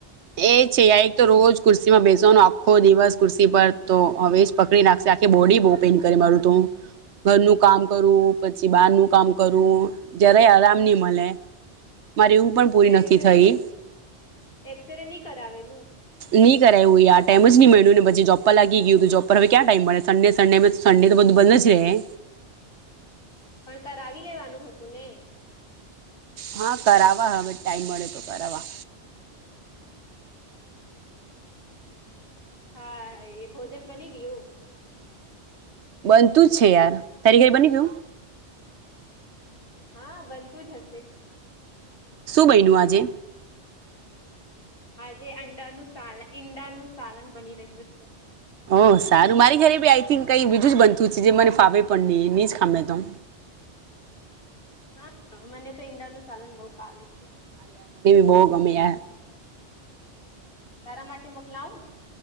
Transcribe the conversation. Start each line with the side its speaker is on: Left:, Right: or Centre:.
Right: એ છે આઈ તો રોજ કુર્સી માં બેસવાનો આખો દિવસ કુર્સી પર તો હવે જ પકડી નાખશે તખ બોડી બહુ પેન કરી મારું તું ઘરનું કામ કરવું પછી બહારનું કામ કરવું જ્યારેય આરામ નહ મળે
Left: <inaudible>
Right: મારે ઊંઘ પણ પૂરી
Left: તું એક્સરે
Right: નથી થઈ
Left: એક્સરે નહી કરાવેલું
Right: નહી કરવું આ ટાઈમ ન મળ્યું ને પછી જો્ર લાગી ગયું જો્પ પર હવે ક્યા ટાઈમ મળે સન્ેન્ડે સન્ડે તો બધું બંધ જ રહેે
Left: પણ કરાવી લેવાનું હતું ને
Right: હા કરવા હવે ટાાઈમ મળે તો કરવા
Left: હા એ ભોજન બની ગયું
Right: બનતું જ છે યાર તારી ઘર બની ગયું
Left: હા બનતું જ હશે
Right: શું બયનું આજે
Left: આજે અંડાનુંું સાલન ઈંડાનુંું સાલન બની રહ્યું છે
Right: ઓ સારું મારી ઘરે બી આઈ થિક ક બીજું જ બનતું છે જે મને ફાવે પણ નહી એ જ ખામડમ
Left: <inaudible> હા મને તો ઈંડા નું સાલન બહુ પાવે છે
Right: બહુગમ્યા
Left: તારા માટે મોકલાવું